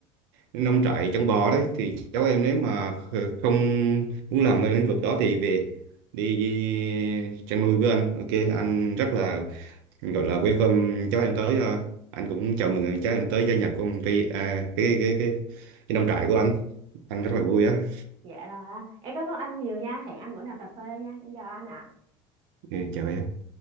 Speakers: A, on the right (about 85°); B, on the right (about 45°).
A: nông trại chăn bò đấy thì cháu em nếu mà kh- không muốn làm cái lĩnh vực đó thì về đi chăn nuôi với anh ok anh rất là gọi là welcome cháu em tới ờ, anh cũng chào mừng cháu em tới gia nhập công ty à, cái, cái cái cái nông trại của anh anh rất là vui á
B: Dạ rồi anh. Em cảm ơn anh nhiều nha. Hẹn anh bữa nào cà phê nha. Em chào anh ạ.
A: ừ, chào em